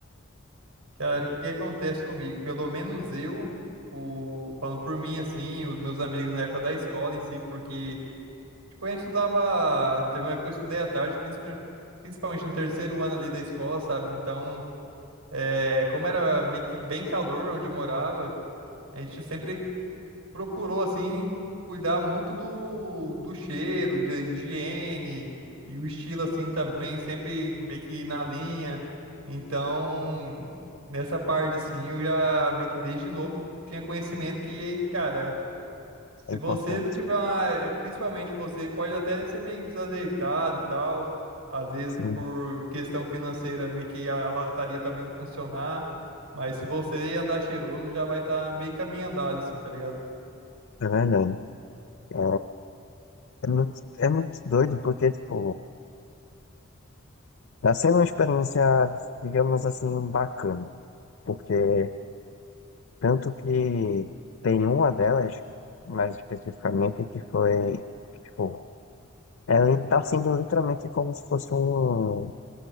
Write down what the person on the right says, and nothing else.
cara, o que que acontece comigo? Pelo menos eu, tipo, falando por mim, assim, os meus amigos na época da escola em si, porque, tipo, a gente estudava. Teve uma época que eu estudei à tarde, principalmente principalmente no terceiro ano ali da escola, sabe? Então, é, como era meio que bem calor onde eu morava, a gente sempre procurou assim cuidar muito do, do cheiro, da higiene e o estilo assim também, sempre meio que na linha. Então, nessa parte assim, eu já meio que desde novo tinha conhecimento que, cara, se
você não tiver uma, principalmente você pode até ser meio desajeitado e tal, às vezes
por questão financeira, meio que a lataria também não funcionar. Mas se você andar cheiroso, já vai estar meio caminho andado, assim, tá ligado?